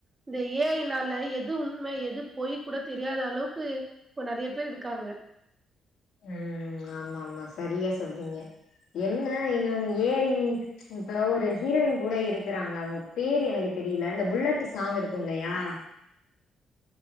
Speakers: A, on the right; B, on the left.
A: இந்த ஏ ஐ னால எது உண்ம, எது போய் கூட தெரியாத அளவுக்கு இப்போ நறைய பேர் இருக்காங்க.
B: உம் ஆமா ஆமா சரியா சொல்றீங்க, என்ன இன்னு ஏ ஐ இப்ப ஒரு ஹீரோயின் கூட இருக்கறாங்க, அவுங்க பேரு எனக்கு தெரியல இந்த புல்லட் சாங் இருக்கும் இல்லையா